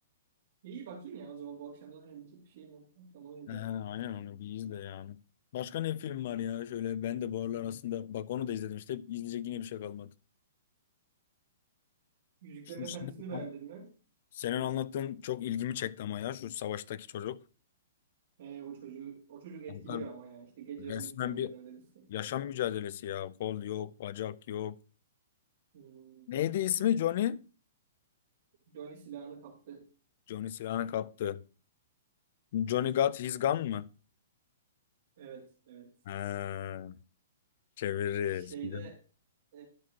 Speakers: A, on the right; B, on the left.
A: İyi bakayım ya o zaman bu akşam zaten gidecek bir şeyim yok. Akşam onu izlerim.
B: He, aynen onu bir izle yani. Başka ne film var ya? Şöyle ben de bu aralar aslında bak onu da izledim işte. İzleyecek yine bir şey kalmadı.
A: Yüzüklerin
B: Şu
A: Efendisi'ni
B: senin,
A: beğendin mi?
B: senin anlattığın çok ilgimi çekti ama ya şu savaştaki çocuk.
A: Ee, o çocuğu o çocuk etkiliyor
B: Kanka
A: ama ya. İşte gece
B: resmen
A: uyutmadı
B: bir
A: ben öyle bir sıkıntı
B: yaşam
A: var.
B: mücadelesi ya. Kol yok, bacak yok.
A: Hmm.
B: Neydi ismi Johnny?
A: Johnny silahını kaptı.
B: Johnny silahını kaptı. Johnny Got His Gun mı?
A: Evet, evet.
B: Ha, çeviririz.
A: Şeyde
B: Güzel.
A: ee,